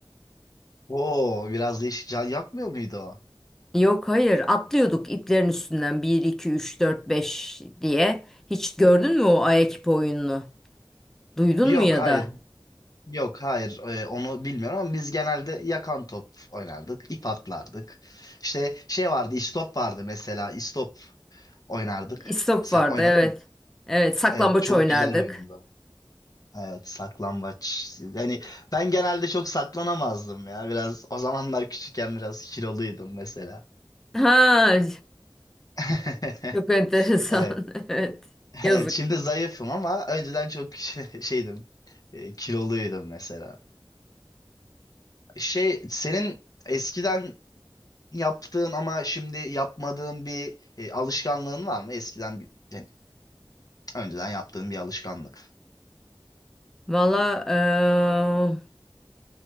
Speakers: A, on the left; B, in the centre.
A: <laughs> o biraz değişik. Can yakmıyor muydu o?
B: Yok hayır atlıyorduk iplerin üstünden bir 2 3 4 5 diye. Hiç gördün mü o Ayekip oyununu? Duydun
A: Yok,
B: mu ya
A: hayır.
B: da?
A: Yok hayır e, onu bilmiyorum ama biz genelde yakan top oynardık, ip atlardık. İşte şey vardı, istop vardı mesela, istop oynardık.
B: İstop
A: Sen
B: vardı
A: oynadın
B: evet.
A: mı?
B: Evet saklambaç
A: Evet çok
B: oynardık.
A: güzel oyundu. Evet saklambaç. Yani ben genelde çok saklanamazdım ya biraz o zamanlar küçükken biraz kiloluydum mesela.
B: Ha
A: <laughs>
B: çok enteresan
A: Evet,
B: <laughs> evet. Yazık.
A: evet şimdi zayıfım ama önceden çok <laughs> şey- şeydim, e, kiloluydum mesela. Şey senin eskiden yaptığın ama şimdi yapmadığın bir e, alışkanlığın var mı? Eskiden bir, yani önceden yaptığın bir alışkanlık.
B: Valla eee,